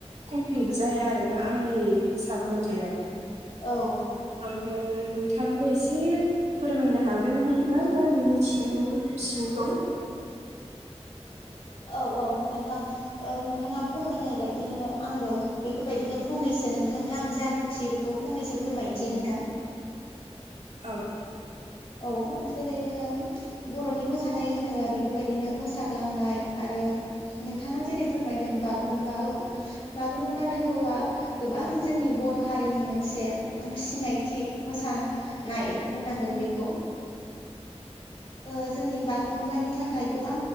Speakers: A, on the right; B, on the left.
A: कमप्लिट जाया आरोना आंनि हिसाब मथेवाव।
B: औ
A: ओमफ्राय नोंथाङाबो एसे फोरमायनो हागोन ना गावनि मिथि सिंखौ
B: औ औ नोंथां नोंथाङा फोरमायनाय बायदिनो आंबो बेफोरबायदिनो फंनैसो नोंथांनो आं जा मिथि थि बेखौ फंनैसो फोरमायनोसै नोंथां।
A: औ
B: औ जेरै जोङो बर'नि मोसानाय होनोबा बेफोरबायदिनो मोसाग्लांनाय आरो नोंथाङा जेरै फोरमायदों बागुरुम्बा औ बागुरुम्बा दोहौआ गोबां जोंनि बर' हारिनि मोनसे सिनायथि मोसा नाय बुंनांगोन बेखौ। ओ जोंनि बागुरुमबानि थाखाय गोबां